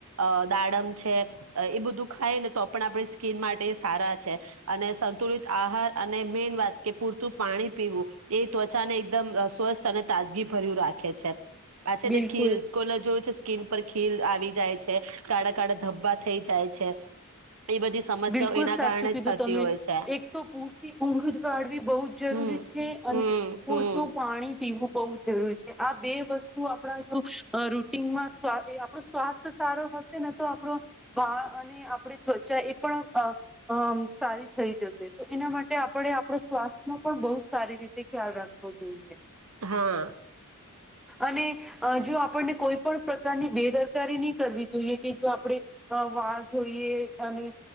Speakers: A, on the right (about 70°); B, in the centre.
A: અ દાડમ છે એ બધું ખાય ને તો પણ આપણી સ્કીિન માટે સારા છે અને સંતુલિત આહાર અને મેન વાત કે પૂરતું પાણી પીવું એ ત્વચાને એકદમ સ્વસ્થ અને તાજગી ભર્યું રાખે છે. પાછા
B: બિલકુલ
A: ને ખીલ કોને જોયું છે. સ્કીન પર ખીલ આવી જાય છે કાળા કાળા ધબ્બા થઈ જાય છે. એ બધી સમસ્યાઓ
B: બિલકુલ
A: એના
B: સાચું
A: કારણે
B: કીધું
A: જ થતી
B: તમે
A: હોય છે.
B: એક તો પૂરતી ઊંઘ જ કાઢવી બહુ જ
A: હમ
B: જરૂરી છે અને
A: હમ
B: પૂરતું
A: હમ
B: પાણી. પીવું બહુ જરૂરી છે આ બે વસ્તુ આપ જો રુટીનમાં આપણો સ્વાસ્થ સારો હશેને તો આપણો વાળ અને આપ ત્વચા. પણ સારી થઈ જશે તો એના માટે આપણે આપણ સ્વાસ્થ્યનો પણ બહુ સારી રીતે ખ્યાલ રાખવો જોઈએ.
A: હા.
B: અને જો આપણને કોઈ પણ. જાતની બેદરકારી ની કરવી. જોઈએ કે જો આપડણે વાળ ધોઈએ અને